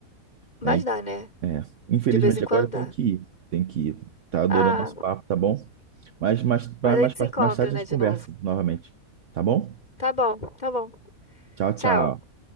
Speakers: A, on the left; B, on the right.
A: Mas
B: né?
A: dá, né?
B: É. Infelizmente
A: De vez em quando
B: agora tem
A: dá.
B: que ir, tem que ir. Tá adorando
A: Ah,
B: nosso papo, tá bom? Mas mais,
A: mas
B: mais,
A: a gente se
B: mais,
A: encontra,
B: mais tarde
A: né,
B: a gente
A: de
B: conversa
A: novo.
B: novamente, tá bom?
A: Tá bom, tá bom.
B: Tchau,
A: Tchau.
B: tchau.